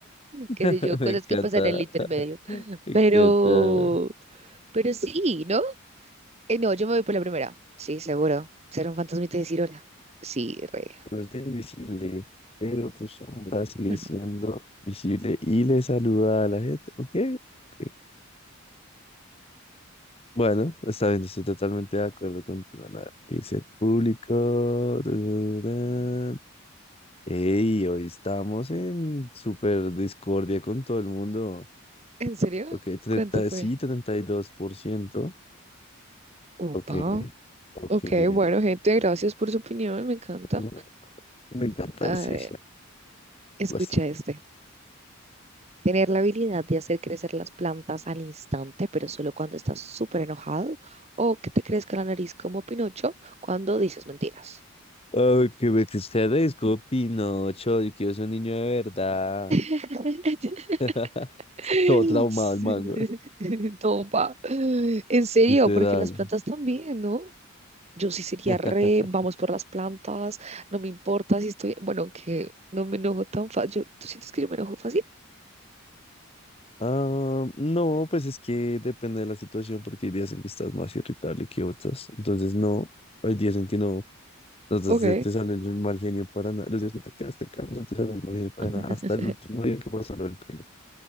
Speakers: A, on the right; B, on the left.
A: Qué
B: <laughs>
A: sé yo,
B: me
A: cosas
B: encanta.
A: que pasan en el intermedio.
B: Y
A: Pero,
B: que te-
A: pero sí, ¿no? Eh, no, yo me voy por la primera. Sí, seguro. Ser un fantasmita y decir hola. Sí, re.
B: pero está invisible, pero tu sombra sigue
A: Bueno,
B: siendo visible y le saluda a la gente. ¿Ok? ok. Bueno, está bien, estoy totalmente de acuerdo contigo. Ana. ¿Qué dice el público? Tararán. Ey, hoy estamos en super discordia con todo el mundo.
A: ¿En serio?
B: Ok, 30
A: ¿Cuánto fue?
B: sí, 32%.
A: Upa.
B: Ok, ok.
A: Ok, bueno, gente, gracias por su opinión, me encanta.
B: no, me encanta
A: A
B: ese.
A: ver, escucha
B: chat.
A: este. tener la habilidad de hacer crecer las plantas al instante, pero solo cuando estás súper enojado, o que te crezca la nariz como Pinocho cuando dices mentiras.
B: Ay, que me desaparezco, Pinocho. Yo quiero ser un niño de verdad.
A: <laughs>
B: <laughs>
A: <laughs>
B: Todo traumado
A: Sí.
B: el mango.
A: <laughs> No, pa. En serio,
B: Literal.
A: porque las plantas también, ¿no? Yo sí sería
B: <laughs>
A: re, vamos por las plantas, no me importa si estoy, bueno, que no me enojo tan fácil. ¿Tú sientes que yo me enojo fácil?
B: Ah, no, pues es que depende de la situación, porque hay días en que estás más irritable que otras. Entonces, no, hay días en que no. Entonces,
A: Ok,
B: se te sale el mal genio para nada. Los días que te quedas, te quedas, no te sale el mal genio para
A: <laughs>
B: nada. Hasta el último día que vas a ver el primo.